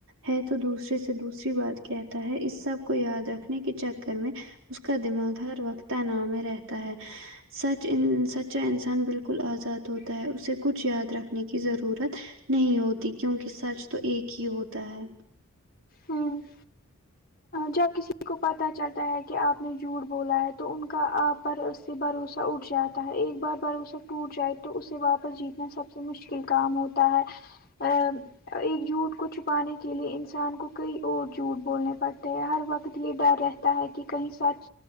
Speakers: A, on the right; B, on the left.
A: ہے تو دوسرے سے دوسری بات کہتا ہے اس سب کو یاد رکھنے کے چکر میں اس کا دماغ ہر وقت تناؤ میں رہتا ہے سچ ان سچا انسان بالکل آزاد ہوتا ہے اسے کچھ یاد رکھنے کی ضرورت نہیں ہوتی کیونکہ سچ تو ایک ہی ہوتا ہے
B: ہوں جب کسی کو پتا چلتا ہے کہ آپ نے جھوٹ بولا ہے تو ان کا آپ پر سے بھروسہ اٹھ جاتا ہے ایک بار بھروسہ ٹوٹ جائے تو اسے واپس جیتنا سب سے مشکل کام ہوتا ہے ا ایک جھوٹ کو چھپانے کے لیے انسان کو کئی اور جھوٹ بولنے پڑ ہر وقت یہ ڈر رہتا ہے کہ کہیں سچ